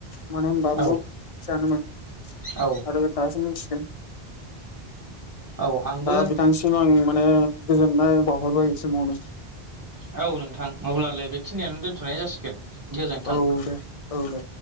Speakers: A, on the left; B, on the right.
A: मानो होनबा
B: औ
A: <unintelligible>
B: औ
A: आरो दासो मिथिदों
B: औ आंबो
A: दा बिथांसिम आं माने गोजोननाय बावहरबाय समावनो।
B: औ नोंथां, अब्लालाय बेखिनियानो दोन्थ'नाय जासिगोन गोजोन्थों।
A: औ दे औ दे